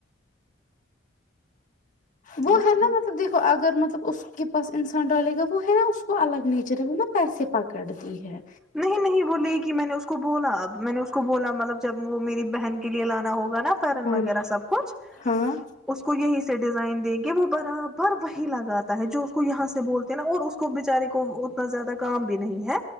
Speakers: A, on the left (about 40°); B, in the centre.
A: وہ
B: اور
A: ہے
B: کیا
A: نا مطلب دیکھو اگر مطلب اس کے پاس انسان ڈالے گا وہ ہے نا اس کو الگ نیچر ہے وہ نا پیسے پکڑ دی ہے
B: نہیں نہیں وہ لے گی میں نے اس کو بولا اب میں نے اس کو بولا مطلب جب وہ میری بہن کے لیے لانا ہوگا نا فرن
A: ہاں
B: وغیرہ سب کچھ
A: ہاں
B: اس کو یہی سے ڈیزائن دیں گے وہ برابر وہی لگاتا ہے جو اس کو یہاں سے بولتے ہیں نا اور اس کو بےچارے کو اتنا زیادہ کام بھی نہیں ہے